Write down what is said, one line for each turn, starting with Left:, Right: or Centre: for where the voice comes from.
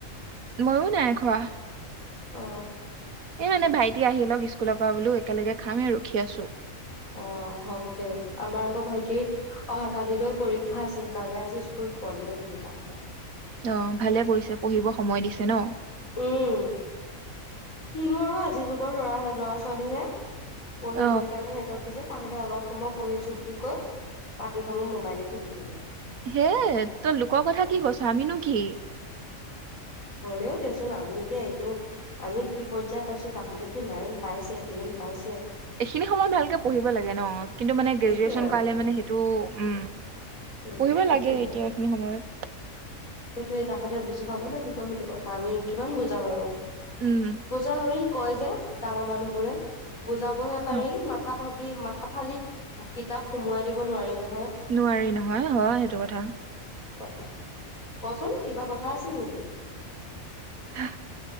Right: ময়ো নাই খোৱা।
Left: অ
Right: এই মানে ভাইটি আহি লওক স্কুলৰ পৰা বোলো একেলগে খাম আৰু ৰখি আছো।
Left: অ হব দে আমাৰ আকৌ ভাইটি অহা কালিলৈ পৰীক্ষা আছে সেইকাৰণে আজি স্কুল বন্ধ দিলে তাহাঁতৰ।
Right: অ ভালে কৰিছে পঢ়িব সময় দিছে ন।
Left: উম কিনো আৰু আজিৰ যুগৰ লৰা লৰা ছোৱালীহে। পঢ়িবলৈ
Right: অ
Left: কাৰণে সিহঁতক দিছে। তাহাঁতে অলপ সময় পঢ়িছো বুলি কৈ বাকী সময় মোবাইলে টিপি থাকে
Right: হে তই লোকৰ কথা কি কৈছ আমিনো কি
Left: হ'লেও দেচোন আমি এতিয়া এইটো আমি কি পৰ্যায় পাইছো তাহাঁতেতো নাইন পাইছে টেন পাইছে।
Right: এইখিনি সময়ত ভালকে পঢ়িব লাগে ন, কিন্তু মানে
Left: সেইটোৱে
Right: গ্ৰেজুৱেচন
Left: আৰু
Right: কৰালে মানে সেইটো উম
Left: উম
Right: পঢ়িব
Left: সেইটোৱে
Right: লাগে এতিয়া এইখিনি সময়ত।
Left: সেইটোৱ তাহাঁতে বুজি পাব লাগিব সেইটো কথা আমি কিমান বুজাম আৰু।
Right: উম
Left: বুজা হৈ কয় যে ডাঙৰ মানুহ বোৰে। বুজাবহে
Right: অ,
Left: পাৰি মাথা ভাগি ই ফালি কিতাপ সুমুৱাই দিব নোৱাৰি ন
Right: নোৱাৰি নহয় হয় সেইটো কথা
Left: হয়। কচোন কিবা কথা আছিল নেকি
Right: হে